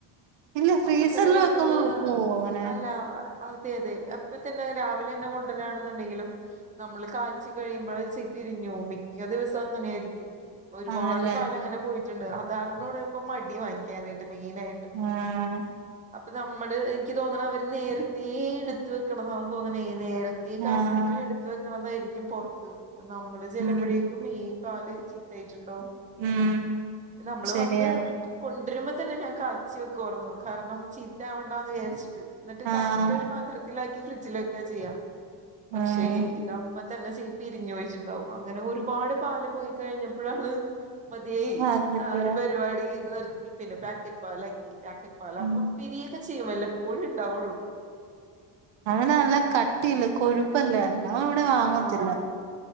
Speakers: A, on the right; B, on the right.
A: ഇല്ല ഫ്രീസറിൽ
B: അപ്പത്തന്നെ കൊണ്ടന്ന്
A: വെക്കുമ്പോ പോവോ അങ്ങനെ
B: അല്ല അതെ അതെ അപ്പത്തന്നെ രാവിലെന്നെ കൊണ്ടരാണ്ന്നുണ്ടെങ്കിലും നമ്മള് കാച്ചി കഴിയുമ്പള് പിരിഞ്ഞോവും മിക്ക ദിവസം അങ്ങനായിരിക്കും. ഒരുപാട്
A: ആന്നല്ലേ
B: പാലങ്ങനെ പോയിട്ട്ണ്ട്. അതാണ്നോട് ഇപ്പ മടിം വാങ്ങിക്കാനായിട്ട് മെയിനായിട്ടും
A: ആഹ്
B: അപ്പൊ നമ്മള് എനിക്ക് തോന്ന്ണെ അവര് നേരത്തേ എട്ത്ത് വെ വെക്ക്ണതാന്ന് തോന്ന്ണേ നേരത്തേ കറ്ന്ന്ട്ട്
A: ആഹ്
B: എടുത്ത് വെക്ക്ണതായിരിക്കും പൊർത്ത് നമ്മള് ചെല്ലുമ്പഴേക്കും
A: ഉം
B: ഈ പാല് ചീത്തായിട്ട്ണ്ടാവും.
A: ഉം
B: നമ്മള്
A: ശരിയാ
B: വന്ന് കൊണ്ടരുമ്പം തന്നെ ഞാൻ കാച്ചി വെക്കുവാർന്ന്. കാരണം ചീത്തയാവണ്ടാന്ന് വിചാരിച്ചിട്ട് ന്നിട്ട് കാച്ചിട്ട്
A: ആഹ്
B: ഒരു പാത്രത്തിലാക്കി ഫ്രിഡ്ജില് വെക്കാ ചെയ്യാ. പക്ഷേ
A: ആഹ്
B: ഇതാ പ്പത്തന്നെ ചീ പിരിഞ്ഞ് പോയിട്ട്ണ്ടാവും. അങ്ങനെ ഒരുപാട് പാല് പോയി കഴിഞ്ഞപ്പളാണ് മതിയായി.
A: ആകട്ടെ
B: ആ ഒരു പരിപാടി നിർത്തി പിന്നെ പേക്കറ്റ് പാലാക്കി പാക്കറ്റ് പാലാവ്മ്പം
A: ഉം
B: പിരിയൊക്കെ ചെയ്യും. വല്ലപ്പോഴും ഉണ്ടാവൊള്ളൂ.
A: അങ്ങനെ നല്ല കട്ടിയല്ലെ കൊഴുപ്പല്ലേ ഞങ്ങളിവടെ വാങ്ങത്തില്ല.
B: ആഹ്